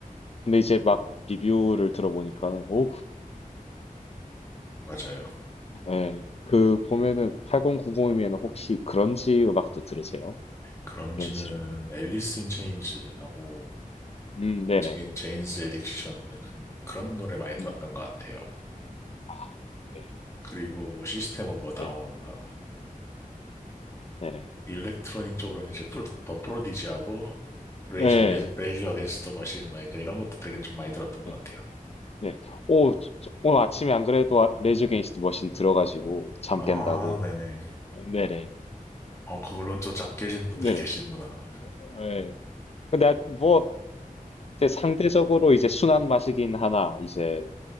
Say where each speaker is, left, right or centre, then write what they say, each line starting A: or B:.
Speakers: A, on the left; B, on the left.
A: 근데 이제 막 리뷰를 들어보니까는 오,
B: 맞아요.
A: 예. 그 보면은 8090이면 혹시 그런지 음악도 들으세요?
B: 그런지는
A: 그런지랑.
B: 앨리스 인 체인지하고
A: 음, 네네.
B: 제- 제인스 에딕션 약간 그런 노래 많이 들었던
A: 음.
B: 것 같아요.
A: 아, 네.
B: 그리고 뭐 시스템 오브 다운하고
A: 네. 네네.
B: 일렉트로닉 쪽으로는 이제 프로, 더 프로디지하고 레이저
A: 예. 네.
B: 어겐, 레이저 어겐스트 머신, 막 약간 이런 것도 되게 좀 많이 들었던 것
A: 네.
B: 같아요.
A: 네. 오, 저- 저- 오늘 아침에 안 그래도 아- 레이저 게인스트 머신 들어가지고 잠
B: 아,
A: 깬다고.
B: 네네.
A: 어, 네네.
B: 어, 그걸로 또 잠 깨시는
A: 네,
B: 분들이
A: 네네.
B: 계시는구나.
A: 예. 예. 근데 뭐 이제 상대적으로 이제 순한 맛이긴 하나 이제